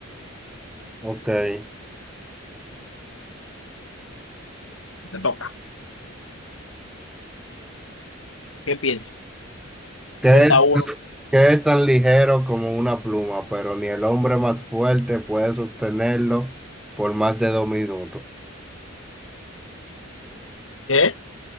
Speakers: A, in the centre; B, on the left.
A: ok. ¿Qué
B: Te toca. ¿Qué piensas?
A: es,
B: Suelta uno.
A: qué es tan ligero como una pluma, pero ni el hombre más fuerte puede sostenerlo por más de dos minutos?
B: ¿Qué?